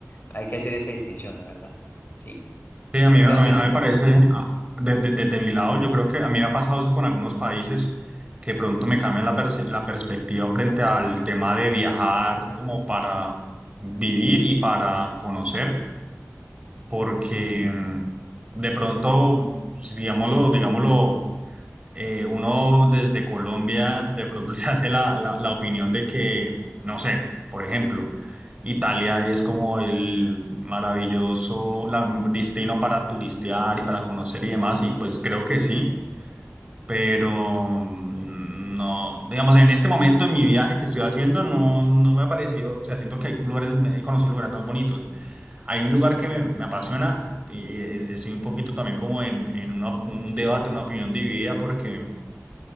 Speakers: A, on the left (about 40°); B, on the right (about 25°).
A: hay que hacer esa distinción, la verdad, sí.
B: Sí, a mí,
A: Entonces,
B: a mí, a mí me parece, a- de- de- desde mi lado, yo creo que a mí me ha pasado eso con algunos países que pronto me cambian la, perce- la perspectiva frente al tema de viajar como para vivir y para conocer, porque mm, de pronto, si digámoslo, digámoslo eh, uno desde Colombia de pronto <laughs> se hace la, la, la opinión de que, no sé, por ejemplo, Italia es como el maravilloso la- destino para turistear y para conocer y demás, y pues creo que sí, pero mm, no, digamos, en este momento en mi viaje que estoy haciendo no, no me ha parecido, o sea, siento que hay lugares, he conocido lugares más bonitos. Hay un lugar que me, me apasiona y eh, estoy un poquito también como en, en una- un debate, una opinión dividida, porque